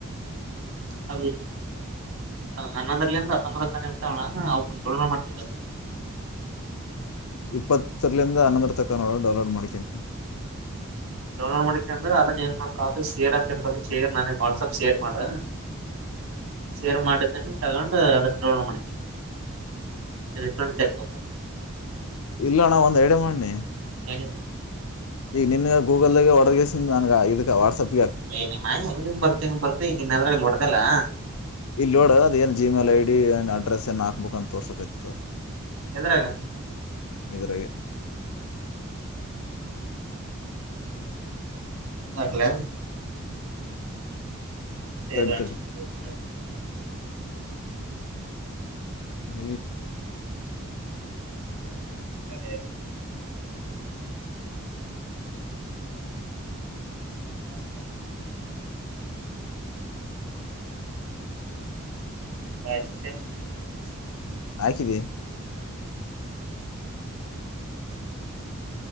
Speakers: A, on the right; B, on the left.
A: <unintelligible> ಅನ್ನೊಂದ್ರಲ್ಲಿ ಅಮ್ಮದ ತಾನ ಇರ್ತಾವಳ ಅವಕ ಮಾಡ್ತವಿ ಬರ್
B: ಇಪ್ಪತ್ತರಲಂದ ಹನ್ನೊಂದರ ತಕ್ಕ ನೋಡ ಡೌನ್ಲೋಡ್ ಮಾಡ್ಕಂತಿ
A: ಡೌನ್ಲೋಡ್ ಮಾಡಿಕಕೊಂಡ್ರು ಅದನ್ ಏನ್ ಮಾಡೋ ಕಾಫಿ ಶೇರ್ ಅಂತತ ಶೇರ್ ನನಗ್ ವಾಟ್ಸಪ್ ಶೇರ್ ಮಾಡ ಶೇರ್ ಮಾಡಟ್ದನ ತಗೊಂಡು ಅದು ಡೌನ್ಲೋಡ್ ಮಾಡ್ತೀನಿ ರಿಫಂಡ ಚೆಕ್ಕ
B: ಇಲ್ಲ ನಾ ಒಂದ್ ಐಡ್ಯಾ ಮಾಡು ನೀ
A: <unintelligible>
B: ಈಗ ನಿನ್ ಗೂಗಲ್ಗಗೆ ಒಡದ ಗೆಸ್ ನನ್ಗ ಇದ ವಾಟ್ಸಆಪ್
A: ಏ ನಿಮ್ಮ ಹಂಗನ್ ಬರ್ತ ಹೆಂಗ ಬರ್ತ ಈ ನಿನ್ನದ್ರಾಗ ನಡ್ದಲ್ಲಾ
B: ಇಲ್ಲ ನೋಡ ಅದ ಏನು ಜಿಮೇಲ್ ಐ ಡಿ ಏ ಅಡ್ರೆಸ್ ಏನ್ ಹಾಕ್ಬೇಕು ಅಂತ ತೋರ್ಸೋಕ್ ಇತ್ತುತ
A: ಹೆದ್ರಾಗ
B: ಇದಿದರೆಗೆ
A: ಮಡಂದಾಕ್ಲ <unintelligible>
B: ತಡಿ ತಡಿ ಹ
A: <unintelligible> <inaudible> <unintelligible>
B: ಆಕಿದ್ದಿ